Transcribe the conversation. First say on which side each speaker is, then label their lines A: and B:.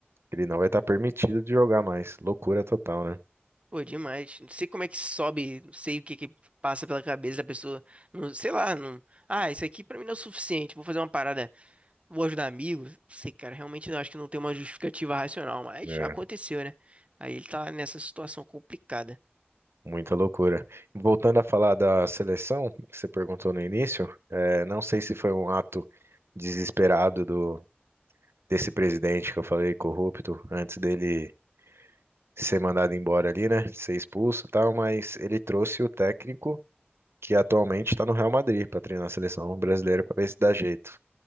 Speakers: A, on the right; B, on the right.
A: ele não vai estar permitido de jogar mais. Loucura total, né?
B: Pô, demais. Não sei como é que sobe, não sei o que que passa pela cabeça da pessoa. Não, sei lá, não. Ah, isso aqui pra mim não é o suficiente. Vou fazer uma parada, vou ajudar amigos. Não sei, cara, realmente eu acho que não tem uma justificativa racional, mas
A: É.
B: aconteceu, né? Aí ele tá nessa situação complicada.
A: Muita loucura. Voltando a falar da seleção, que você perguntou no início, eh, não sei se foi um ato desesperado do, desse presidente que eu falei, corrupto, antes dele ser mandado embora ali, né? Ser expulso e tal, mas ele trouxe o técnico que atualmente está no Real Madrid para treinar a seleção brasileira para ver se dá jeito.